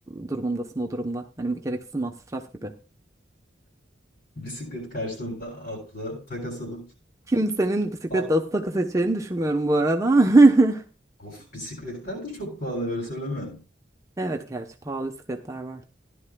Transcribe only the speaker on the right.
durumundasın o durumda. Hani bu gereksiz masraf gibi.
Kimsenin bisikletle
atı takı seçeceğini düşünmüyorum bu arada. <laughs>
Evet gerçi pahalı bisikletler var.